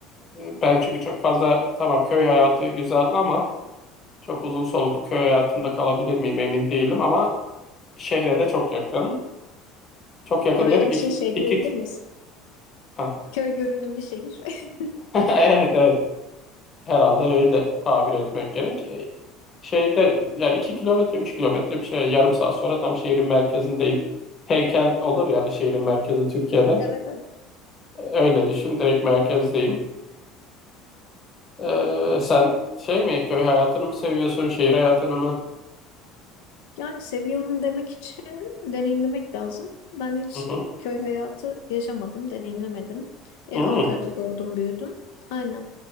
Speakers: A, on the left; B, on the left.
A: e, ben çünkü çok fazla tamam köy hayatı güzel ama çok uzun soluklu köy hayatında kalabilir miyim emin değilim ama Şehre de çok yakın. Çok yakın
B: Oraya
A: dedim
B: için
A: iki,
B: şey
A: iki
B: diyebilir miyiz?
A: ha.
B: Köy görünümlü şehir. <laughs>
A: <laughs> Evet evet herhalde öyle tabir etmek gerek. E, Şeyde yani 2 kilometre 3 kilometre bir şey yarım saat sonra tam şehrin merkezindeyim. Heykel olur yani şehrin merkezi Türkiye'de.
B: Evet, evet.
A: E, Öyle düşün direkt merkezdeyim. E, sen şey mi köy hayatını mı seviyorsun şehir hayatını mı?
B: Yani seviyorum demek için deneyimlemek lazım. Ben hiç
A: Hı hı.
B: köy hayatı yaşamadım, deneyimlemedim. E,
A: Hmm,
B: Ankara'da doğdum, büyüdüm. Aynen.